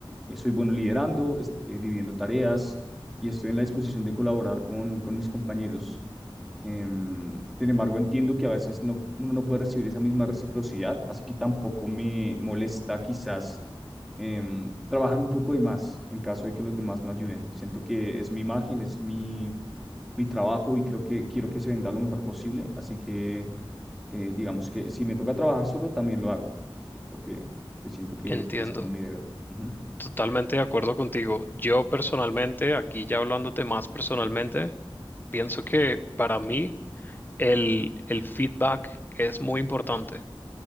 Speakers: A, in the centre; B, on the left (about 20°).
A: Eh, soy bueno liderando, es- eh, dividiendo tareas y estoy en la disposición de colaborar con, con mis compañeros. Em, sin embargo, entiendo que a veces no, uno no puede recibir esa misma reciprocidad, así que tampoco me molesta quizás em, trabajar un poco de más en caso de que los demás no ayuden. Siento que es mi imagen, es mi, mi trabajo y creo que quiero que se venda lo mejor posible, así que eh, digamos que si me toca trabajar solo, también lo hago, sí, porque siento que,
B: entiendo.
A: que es como mi deber. Ujú.
B: Totalmente de acuerdo contigo. Yo personalmente, aquí ya hablándote más personalmente, pienso que para mí el, el feedback es muy importante.